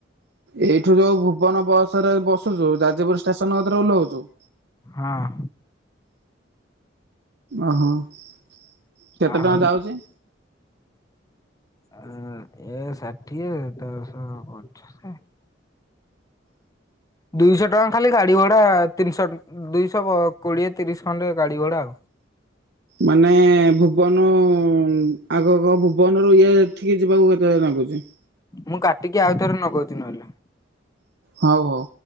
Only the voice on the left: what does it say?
ହଁ।
ଆଉ
ଅ ଏ ଷାଠିଏ ଦଶ ପଚାଶେ। ଦୁଇଶ ଟଙ୍କା ଖାଲି ଗାଡି ଭଡା ତିନିଶ ଟ ଉଁ ଉଁ ଦୁଇଶ କୋଡିଏ ତିରିଶ ଖଣ୍ଡେ ଗାଡି ଭଡା ଆଉ।
ମୁଁ କାଟିକି ଆଉ ଥେରେ ନଗଉଚି ନହେଲେ।